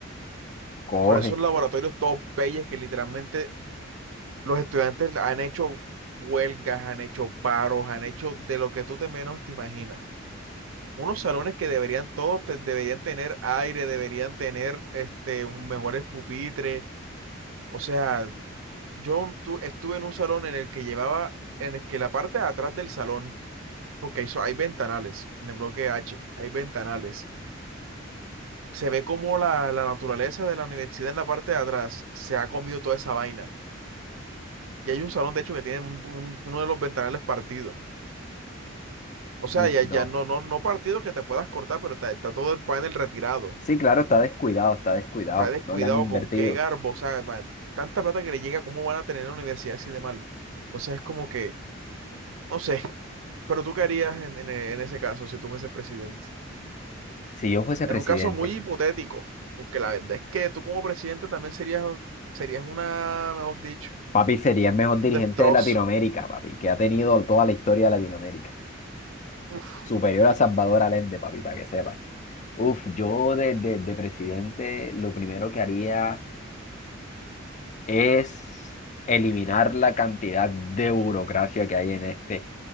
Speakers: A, on the left; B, on the right.
A: Coge.
B: con esos laboratorios todos peyes que literalmente Los estudiantes han hecho huelgas, han hecho paros, han hecho de lo que tú te menos te imaginas. Unos salones que deberían todos te- deberían tener aire, deberían tener este un mejores pupitres. O sea, yo tu- estuve en un salón en el que llevaba, en el que la parte de atrás del salón, porque hay, so- hay ventanales en el bloque H, hay ventanales. Se ve como la, la naturaleza de la universidad en la parte de atrás se ha comido toda esa vaina. Y hay un salón, de hecho, que tiene un- un- uno de los ventanales partido. O sea,
A: Uf,
B: ya,
A: no.
B: ya no, no, no partido que te puedas cortar, pero está, está todo el panel retirado.
A: Sí, claro, está descuidado, está descuidado.
B: Está descuidado
A: No le han invertido.
B: con qué garbo. O sea, ma- tanta plata que le llega, ¿cómo van a tener en la universidad así de mal? Entonces es como que, no sé. Pero tú qué harías en, en e- en ese caso si tú fueses presidente.
A: Si yo fuese
B: En
A: presidente.
B: un caso muy hipotético, porque la verdad es que tú como presidente también serías, serías una, mejor dicho,
A: Papi sería el mejor dirigente
B: un destrozo.
A: de Latinoamérica, papi, que ha tenido toda la historia de Latinoamérica.
B: Uf,
A: Superior a Salvador Allende, papi, para que sepas. Uf, yo de, de- de presidente lo primero que haría es eliminar la cantidad de burocracia que hay en este